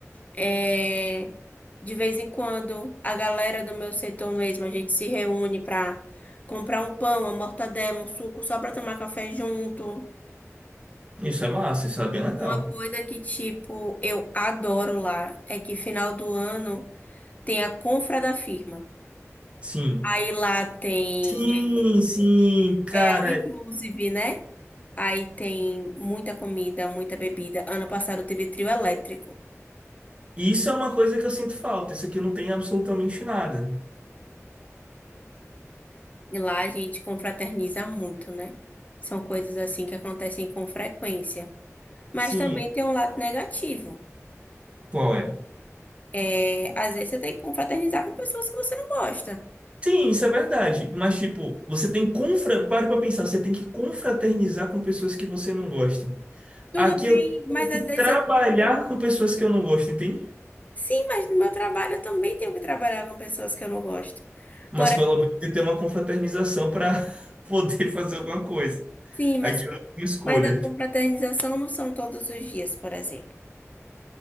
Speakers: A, on the left; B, on the right.
A: É, De vez em quando, a galera do meu setor mesmo, a gente se reúne para comprar um pão, uma mortadela, um suco, só para tomar café junto.
B: Isso é massa, isso é bem legal.
A: Uma coisa que, tipo, eu adoro lá é que final do ano tem a confra da firma.
B: Sim.
A: Aí lá tem,
B: Sim, sim, cara.
A: é all inclusive, né? Aí tem muita comida, muita bebida. Ano passado teve trio elétrico.
B: Isso é uma coisa que eu sinto falta. Isso aqui não tem absolutamente nada.
A: E lá a gente confraterniza muito, né? São coisas assim que acontecem com frequência. Mas
B: Sim.
A: também tem um lado negativo.
B: Qual é?
A: É, às vezes você tem que confraternizar com pessoas que você não gosta.
B: Sim, isso é verdade. Mas, tipo, você tem que confra... Pare pra pensar, você tem que confraternizar com pessoas que você não gosta.
A: Tudo
B: Aqui
A: bem,
B: eu tenho
A: mas
B: que
A: às
B: trabalhar
A: vezes eu...
B: com pessoas que eu não gosto, entende?
A: Sim, mas no meu trabalho eu também tenho que trabalhar com pessoas que eu não gosto.
B: Mas
A: Por...
B: pelo menos tem que ter uma confraternização para <laughs> poder fazer alguma coisa.
A: Sim, mas,
B: Aqui eu não tenho escolha.
A: mas a confraternização não são todos os dias, por exemplo.